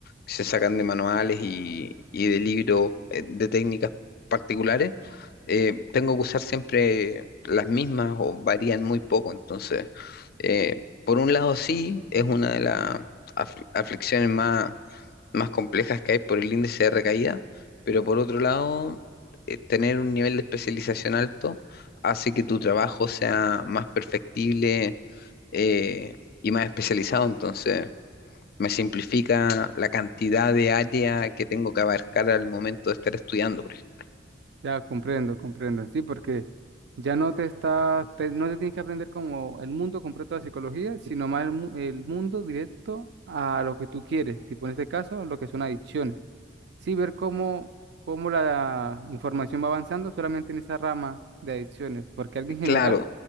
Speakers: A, on the left; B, on the right.
A: que se sacan de manuales y, y de libros eh, de técnicas particulares, eh, tengo que usar siempre las mismas o varían muy poco. Entonces, eh, por un lado sí, es una de las afli- aflicciones más, más complejas que hay por el índice de recaída, pero por otro lado, eh, tener un nivel de especialización alto hace que tu trabajo sea más perfectible eh, y más especializado. Entonces, me simplifica la cantidad de área que tengo que abarcar al momento de estar estudiando, por ejemplo.
B: ya comprendo, comprendo, sí, porque ya no te estás, te- no te tienes que aprender como el mundo completo de la psicología, sino más el, mu- el mundo directo a lo que tú quieres, tipo en este caso, lo que son adicciones. Sí, ver cómo, cómo la información va avanzando solamente en esa rama de adicciones, porque alguien general
A: Claro,